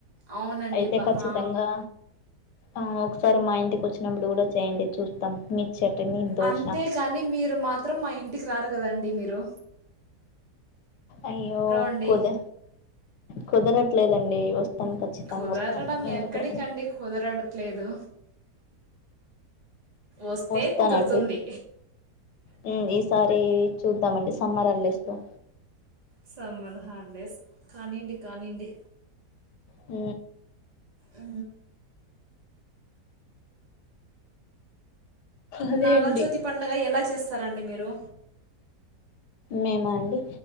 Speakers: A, on the right; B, on the left.
A: అవునండి
B: అయితే
A: బా
B: ఖచ్చితంగా
A: ఆ.
B: ఆ ఒకసారి మా ఇంటికి వచ్చినప్పుడు కూడా చేయండి చూస్తాం మీ చట్నీ దోశ
A: అంతేకాని మీరు మాత్రం మా ఇంటికి రారు కదండి మీర్ రు
B: అయ్యో
A: అండి
B: కుద కుదరట్ లేదండి వస్తాను ఖచ్చితంగా
A: కుదరడం
B: వస్తాను ఎందుకు
A: ఎక్కడికండి
B: రాను
A: కుదరట్లేదు వస్తే
B: వస్తానండి
A: కుదురుతుంది
B: హు ఈసారి చూద్దామండి సమ్మర్ హాలిడే రా
A: సమ్మర్ హాలిడేస్ కానీడి కానీడి
B: హ
A: అ
B: అదే
A: నాగలచోతి
B: అండి
A: పంండగ ఎలా చేస్త సరే అండి మీరు
B: మేమ అండి